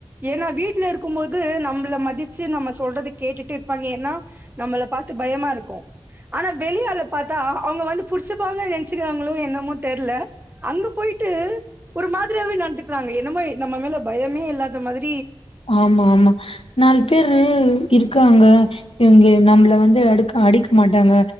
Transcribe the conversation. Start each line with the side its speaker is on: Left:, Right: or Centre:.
Right: ஏன்னா வீட்ல இருக்கும் போது நம்பள மதிச்சு நம்ம சொல்றத கேட்டுட்டு இருப்பாங்க ஏன்னா நம்மள பாத்து பயமா இருக்கு. ஆனா வெளி ஆள பாத்தா அவங்க வந்து புடிச்சுப்பாங்க நெனச்சுக்கிறாங்களோ என்னமோ தெர்ல அங்க போய் ட்டு ஒரு மாதிரியாவே நடந்துக்கிறாங்க என்னமோ நம்ம மேல பயமே இல்லாத மாதி
Left: ஆமா ஆமா நாலு பேரு இருக்காங்க இவங்க நம்மள வந்து அடுக்க அடிக்க மாட்டாங்க